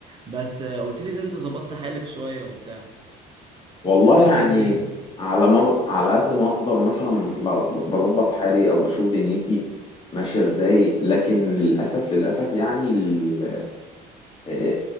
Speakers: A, on the right; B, on the left.
A: بس آه، قلت لي ان انت ظبطت حالك شويه وبتاع
B: والله يعني
A: ولا ايه الدنيا
B: على ما على قد ما اقدر مثلا ب- بظبط حالي او بشوف دنيتي ماشيه ازاي لكن للاسف للاسف يعني ال... آه،